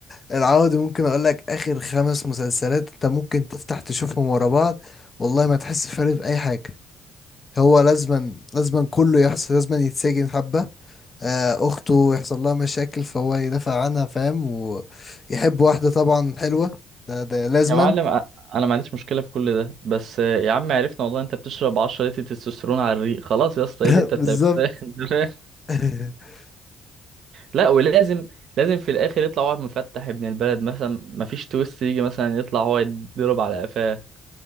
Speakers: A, on the left; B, on the right.
A: العوضي ممكن اقول لك اخر خمس مسلسلات انت ممكن تفتح تشوفهم ورا بعض والله ما تحس فرق في اي حاجه هو لازما لازما كله يحصل لازما يتسجن حبه آه، اخته يحصل لها مشاكل فهو يدافع عنها فاهم ويحب واحده طبعا حلوه ده ده لازما
B: يا معلم أ- انا ما عنديش مشكله في كل ده بس آه، يا عم عرفنا والله انت بتشرب 10 لتر تستوستيرون على الريق خلاص يا اسطى
A: <laughs>
B: ايه اللي انت
A: بالظبط
B: بتعمله ده <laughs> أنت فاهم؟
A: <laughs>
B: لا ولازم لازم في الاخر يطلع واحد مفتح ابن البلد مثلا ما فيش تويست يجي مثلا يطلع هو يتضرب على قفاه